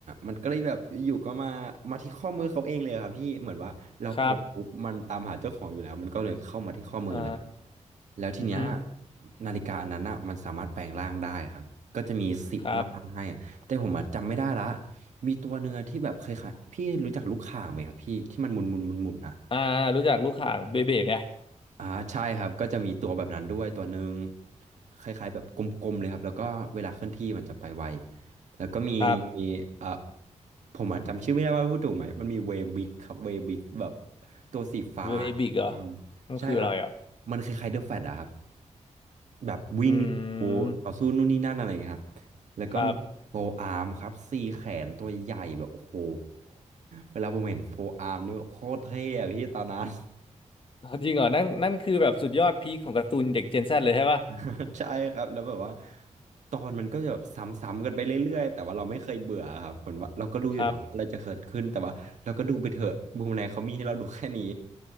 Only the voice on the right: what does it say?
มันก็เลยแบบอยู่ๆก็มามาที่ข้อมือเขาเองเลยครับพี่ เหมือนว่าเราเปิดปุ๊บมันตามหาเจ้าของอยู่แล้วมันก็เลยเข้ามาที่ข้อมือเลย
แล้วทีเนี้ย
นาฬิกาอันนั้นอ่ะมันสามารถแปลงร่างได้ครับก็จะมีสิบร่างให้อะแต่ผมอ่ะจำไม่ได้ละ
มีตัวเนื้อะที่แบบเคยๆพี่รู้จักลูกข่างไหมครับพี่ที่มันหมุนหมุนหมุนหมุน
อ่าใช่ครับก็จะมีตัวแบบนั้นด้วยตัวหนึ่งคล้ายๆแบบกลมๆเลยครับแล้วก็เวลาเคลื่อนที่มันจะไปไวแล้วก็มี
เอ่อผมอะจำชื่อไม่ได้ว่าพูดถูกไหมมันมีเวบิกครับเวบิกแบบตัวสีฟ้า
อืม
ใช่ครับมันคล้ายๆเดอะแฟตอะครับแบบวิ่งโอ้ต่อสู้นู่นนี่นั่นอะไรอย่างเงี้ยครับ
แล้วก็มีโฟอาร์มครับสี่แขนตัวใหญ่ๆแบบโอ้โห
เวลาผมเห็นโฟอาร์มนี่โคตรเท่อะพี่ตอนนั้น
<laughs> ใช่ครับแล้วแบบว่าตอนมันก็จะแบบซ้ำๆกันไปเรื่อยๆแต่ว่าเราไม่เคยเบื่อครับเหมือนว่าเราก็รู้อยู่ถามว่าอะไรจะเกิดขึ้นแต่ว่าเราก็ดูไปเถอะบูมแรงเขามีให้เราดูแค่นี้